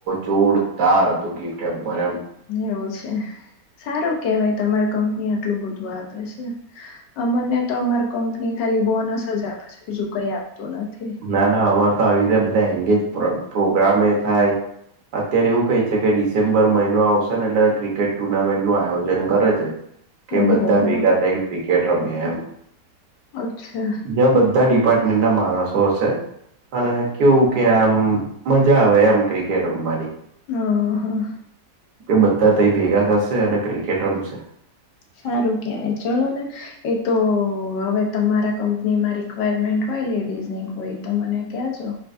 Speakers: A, on the right; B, on the left.
A: જોરદાર હતો ગિફ્ટ હેમ્પર એમ.
B: એવું છે, સારું કેવાય તમારી કંપની આટલું બધું આપે છે. મને તો અમાર કંપની ખાલી બોનસ જ આપે છે બીજું કઈ આપતું નથી.
A: ના ના અમારે તો આવી રીતે બધા એંગેજ પ્રોગ્રમે એ થાય. અત્યારે એવું કહે છે કે ડિસેમ્બર મહિનો આવશે ને એટલે ક્રિકેટ ટુર્નામેન્ટ નું આયોજન કરે છે. કે
B: ઓહો
A: બધા ભેગા
B: હો
A: થઈને ક્રિકેટ રમે એમ.
B: અચ્છા.
A: જ્યાં બધા ડિપાર્ટમેન્ટ ના માણસો હશે, અને કેવું કે આમ. મજા આવે એમ ક્રિકેટ રમવાની.
B: હ હા.
A: કે બધા ત ભેગા થશે અને ક્રિકેટ રમશે.
B: સારું કેવાય ચલો ને, એ તો હવે તમારા કંપનીમાં ર મેન્ટ હોય લેડીઝ ની કોઈ તો મને કેજો.